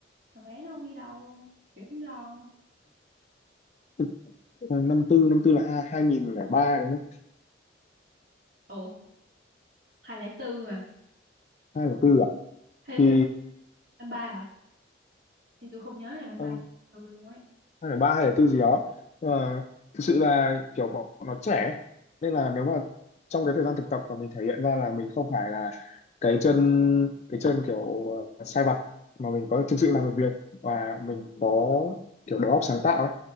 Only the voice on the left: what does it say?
Thực- năm tư năm tư là hai nghìn lẻ ba đúng không
hai nghìn lẻ tư à
thì
ờ,
hay là ba hay là tư gì đó nhưng mà thực sự là kiểu bọn nó trẻ nên là nếu mà trong cái thời gian thực tập mà mình thể hiện ra là mình không phải là cái chân cái chân kiểu ờ, sai vặt mà mình có thực sự làm được việc và mình có kiểu đầu óc sáng tạo ấy